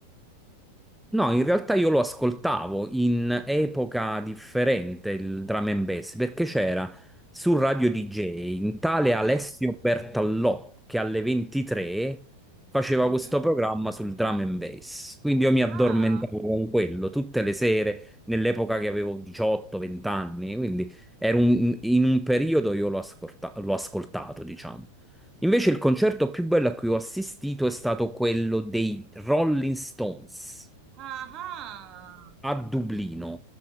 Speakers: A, in the centre; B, on the right.
A: No, in realtà io lo ascoltavo in epoca differente il drum and bass perché c'era su Radio DJ un tale
B: Mhm,
A: Alessio Bertallò che alle 23 faceva
B: mhm.
A: questo programma sul drum and bass. Quindi io mi addormentavo
B: Ah,
A: con quello tutte le sere nell'epoca che avevo 18-20 anni. Quindi era un- in un periodo io l'ho ascolta- l'ho ascoltato, diciamo. Invece il concerto più bello a cui ho assistito è stato quello dei Rolling Stones
B: ah, ah.
A: a Dublino,